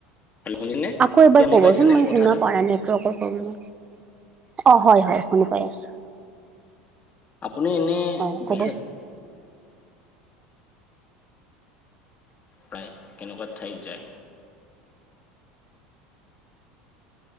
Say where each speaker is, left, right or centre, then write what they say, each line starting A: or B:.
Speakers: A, on the left; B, on the right.
A: হেল্ল' <unintelligible>
B: আকৌ এবাৰ
A: শুনি
B: ক'বচোন
A: পাইছেনে
B: মই
A: মোৰ কথাটো?
B: শুনা পোৱা নাই নেটৱৰ্কৰ প্ৰব্লেমত। অ' হয় হয় শুনা পাই আছোঁ।
A: আপুনি এনে
B: অ ক'বচোন
A: বিশেষ প্ৰায় কেনেকুৱা ঠাইত যায়। অ